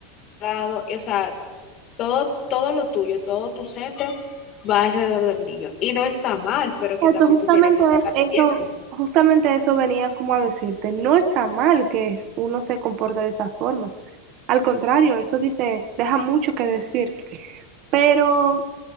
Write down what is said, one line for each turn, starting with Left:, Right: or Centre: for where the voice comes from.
Left: helado, y, o sea, todo, todo lo tuyo, todo tu centro va alrededor del niño. Y no está mal, pero que
Right: exacto,
Left: también
Right: justamente
Left: tú tienes que sacarte tiempo.
Right: eso, justamente eso venía como a decirte, no está mal que es- uno se comporte de esa forma. Al contrario, eso dice, deja mucho que decir. Pero,